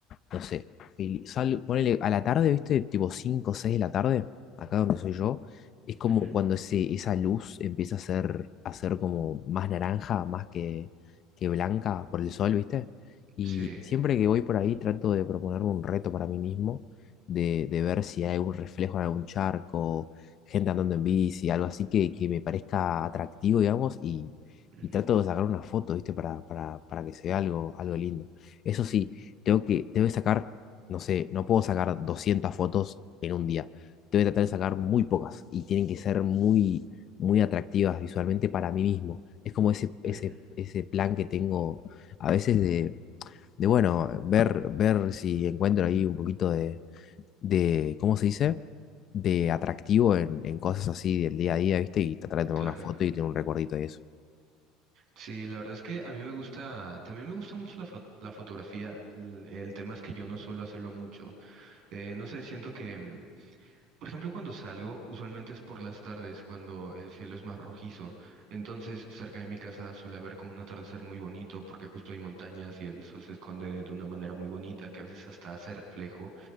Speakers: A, on the left; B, on the right.
A: no sé, el- sal- ponele a la tarde, ¿viste? Tipo 5 o 6 de la tarde, acá donde soy yo, es como
B: ujú,
A: cuando ese, esa luz empieza a ser, a ser como más naranja, más que, que blanca por el sol, ¿viste? Y,
B: Sí,
A: y siempre que voy por ahí trato de proponerme un reto para mí mismo, de, de ver si hay un reflejo en algún charco, gente andando en bici, algo así que, que me parezca atractivo, digamos, y,
B: ujú,
A: y trato de sacar una foto, ¿viste? Para, para, para que se vea algo, algo lindo. Eso sí tengo que, tengo que sacar, no sé, no puedo sacar 200 fotos en un día. Tengo que tratar de sacar muy pocas y tienen que ser muy, muy atractivas visualmente para mí mismo. Es como ese, ese,
B: ujú,
A: ese plan que tengo a veces de, de, bueno, ver, ver si encuentro ahí un poquito de, de ¿cómo se dice? De atractivo en, en cosas así del día a día, ¿viste? Y tratar de tomar
B: claro.
A: una foto y tener un recuerdito de eso.
B: Sí, la verdad es que a mí me gusta, también me gusta mucho la, fo- la fotografía. L- El, tema es que yo no suelo hacerlo mucho. Eh, no sé, siento que, mm, por ejemplo, cuando salgo, usualmente es por las tardes, cuando el cielo es más rojizo. Entonces, cerca de mi casa suele haber como un atardecer muy bonito, porque justo hay montañas y el sol se esconde de una manera muy bonita, que a veces hasta hace reflejo.